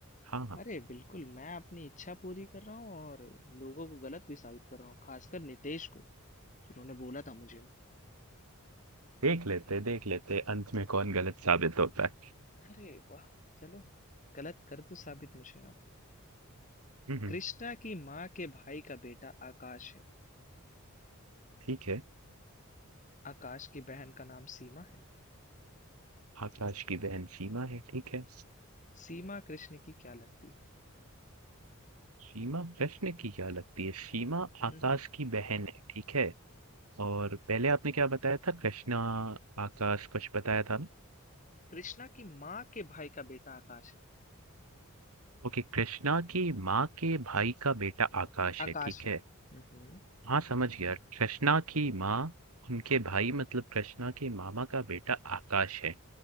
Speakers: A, on the right; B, on the left.
A: हाँ, हाँ।
B: अरे बिल्कुल मैं अपनी इच्छा पूरी कर रहा हूँ और लोगों को गलत भी साबित कर रहा हूँ खासकर नितेश को जिन्होंने बोला था मुझे
A: देख लेते देख लेते अंत में कौन गलत साबित होता है
B: अरे वाह चलो गलत कर दो साबित मुझे आप
A: हम्म
B: कृष्णा की माँ के भाई का बेटा आकाश है
A: ठीक है
B: आकाश की बहन का नाम सीमा है
A: आकाश की बहन सीमा है ठीक है
B: सीमा कृष्ण की क्या लगती है
A: सीमा प्रश्न की क्या लगती है सीमा आकाश
B: हम्म हम्म।
A: की बहन है ठीक है और पहले आपने क्या बताया था कृष्णा आकाश कुछ बताया था ना
B: कृष्णा की माँ के भाई का बेटा आकाश है
A: ओके कृष्णा की माँ के भाई का बेटा आकाश
B: आकाश
A: है ठीक
B: है
A: है
B: हम्म हम्म
A: हाँ समझ गया कृष्णा की माँ उनके भाई मतलब कृष्णा के मामा का बेटा आकाश है